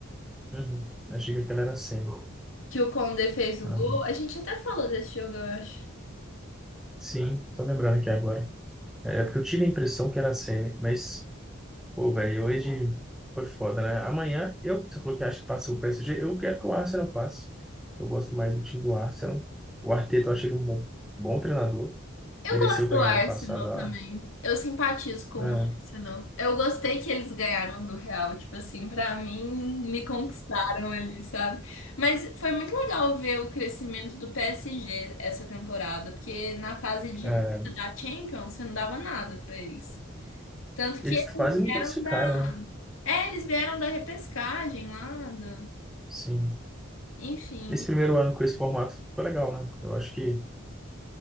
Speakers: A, in the centre; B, on the left.
A: Uhum. Achei que aquela era semi.
B: Que o Conde fez o
A: Ah,
B: gol.
A: não.
B: A gente até falou desse jogo, eu acho.
A: Sim, tô lembrando aqui agora. É porque eu tive a impressão que era semi, mas, pô, velho, hoje foi foda, né? Amanhã, eu, você falou que acha que passa o PSG, eu quero que o Arsenal passe. Eu gosto mais do time do Arsenal. O Arteta, eu acho ele um bom, bom treinador.
B: Eu
A: Mereceu
B: gosto
A: ganhar
B: do Arsenal
A: no passado a,
B: também. Eu simpatizo com
A: a-
B: o Arsenal. Eu gostei que eles ganharam do Real, tipo assim, pra mim me conquistaram ali, sabe? Mas foi muito legal ver o crescimento do PSG essa temporada, porque na fase de
A: a-
B: da Champions você não dava nada pra eles. Tanto que
A: eles
B: eles
A: quase não
B: vieram
A: classificaram,
B: da,
A: né?
B: é, eles vieram da repescagem lá, do...
A: Sim.
B: enfim.
A: Esse primeiro ano com esse formato foi legal, né? Eu acho que